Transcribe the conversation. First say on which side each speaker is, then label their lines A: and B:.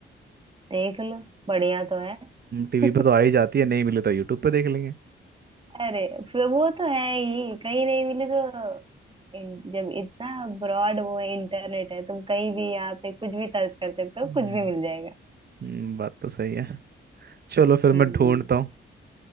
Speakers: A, on the right (about 25°); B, on the right (about 50°).
A: देख लो बढ़िया तो है
B: टीवी
A: <laughs>
B: पे तो आ ही जाती है नहीं मिली तो यूट्यूब पे देख लेंगे
A: अरे फिर वो तो है ही कहीं नहीं मिली तो इन- जब इतना ब्रॉड वो है इंटरनेट है तुम कहीं भी यहाँ पे कुछ भी सर्च कर सकते हो
B: हम्म,
A: कुछ भी मिल जाएगा
B: हम्म, बात तो सही है चलो फिर मैं
A: हम्म
B: ढूंढता हूँ